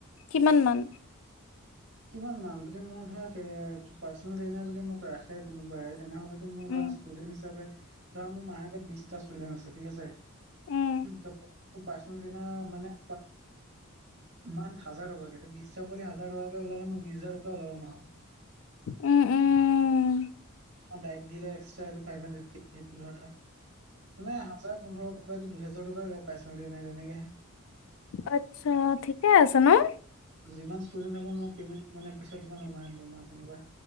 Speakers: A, on the left (about 65°); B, on the right (about 55°).
A: কিমান মান?
B: কিমান মান যদি মোৰ ধৰা পাৰ্চনেল ট্ৰেইন যদি মোক ৰাখে কোনোবাই- তেনেহ'লে তো মোৰ ধৰা
A: উম
B: ষ্টুডেন্ট হিচাপে ধৰা মোৰ মাহে আগত বিশটা ষ্টুডেন্ট আছে ঠিক আছে।
A: উম
B: ত' পাৰ্চেন জনো মানে- মান্থ হাজাৰ টকাকে বিশ্বত কৈ হাজাৰ- টকাকে ওলালে মোৰ বিশ হাজাৰ টকা কৈ ওলাব মোৰ মাহত।
A: উম উম
B: অঁ ডাইট দিলে এক্সটা ফাইভ হাড্ৰেটৰ ধৰ মানে হাজাৰ- পোন্ধৰ, দুহেজাৰ টকা পইচা পাইছো তেনেকে।
A: আচ্ছা ঠিকে আছে ন'।
B: যিমান ষ্টুডেণ্ট হ'ব মোৰ প্লেনেট সিমানে হয় পইচা তেনেকুৱা।